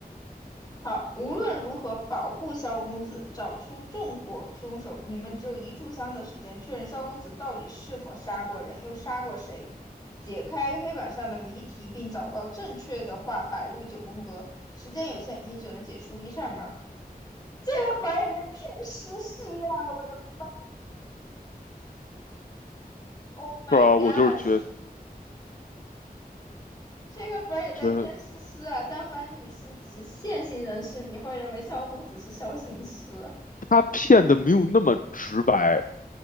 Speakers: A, on the left (about 25°); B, on the left (about 60°).
A: 好，无论如何保护萧公子，找出纵火凶手。你们只有一炷香的时间，确认萧公子到底是否杀过人，又杀过谁，解开黑板上的谜题，并找到正确的话摆入九宫格。时间有限，你只能解除一扇门这个本儿也在骗诗诗啊！我的妈！Oh my
B: 是吧？
A: gosh！
B: 我就是觉
A: 这个本儿也在骗诗诗啊！
B: 觉得
A: 但凡你是直线性人士，你会认为萧公子是萧行师。
B: 他骗的没有那么直白，